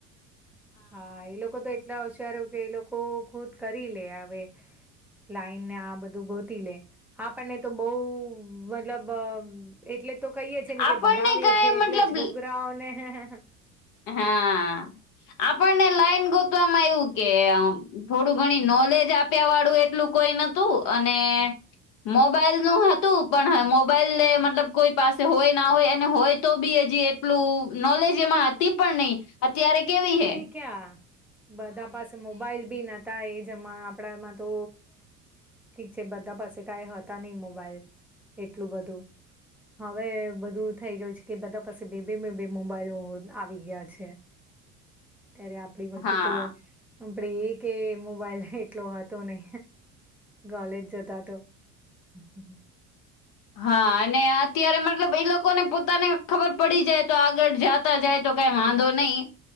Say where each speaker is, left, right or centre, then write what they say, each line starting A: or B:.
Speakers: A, in the centre; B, on the left (about 50°).
A: હા એ લોકો તો એટલા હોશિયાર કે એ લોકો ખુદ કરી લે હવે લાઈન ને આ બધું ગોતી લે આપણને તો બહું મતલબ અ એટલે તો કહીએે છે ને
B: આપણને
A: કે ભણાવએે
B: કઈ
A: છીએ એટલે
B: મતલબ
A: છોકરાઓને હે હે
B: હા. આપણને લાઈન ગોતવામાં આવવું કે થોડું ઘણી નોલેજ આપ્યા વાળું એટલું કોઈ નતું અને ને મોબાઈલ નું હતું પણ મોબાઈલ મતલબ કોઈ પાસે હોય ના હોય અને હોય તો બી હજી એટલું નોલેજ એમાં હતી પણ નઈ અત્યારે કેવી હૈ
A: ક્યા બધા પાસે મોબાઈલ બી નતા એજમાં આપડામાં તો ઠીક છે બધા પાસે કાઈ હતા નહી મોબાઈલ એટલું બધું હવે બધું થઈ છે કે પાસે બેબી મે બેબી મોબાઈલો આવી ગયા છે ત્યારે આપડી વખતે
B: હા
A: તો આપડ એ કે મોબાઈલ એટલો હતો નહિ કોલેજ જતા તો હમ્મ.
B: હા અને અત્યારે મતલબ એ લોકોને પોતાને ખબર પડી જાય તો આગળ જાત મુક્તા જાય તો કઈ વાંધો નહીં